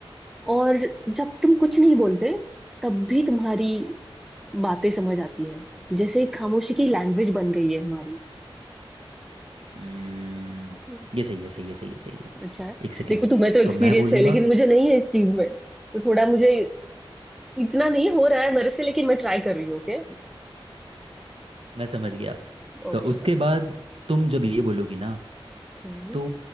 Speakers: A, in the centre; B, on the right.
A: और जब तुम कुछ नहीं बोलते तब भी तुम्हारी बातें समझ आती है जैसे खामोशी की लैंग्वेज बन गई है हमारी
B: हम्म,
A: हम्म।
B: ये सही है सही है सही है सही है
A: अच्छा है
B: एक सेकेंड
A: देखो तुम्हें तो एक्सपीरियंस
B: तो मैं बोलूँगा
A: है लेकिन मुझे नहीं है इस चीज में तो थोड़ा मुझे इतना नहीं हो रहा है मेरे से लेकिन मैं ट्राई कर रही हूँ ओके
B: मैं समझ गया
A: ओके
B: तो उसके
A: हाँ
B: बाद तुम जब ये बोलोगी ना
A: हम्म,
B: तो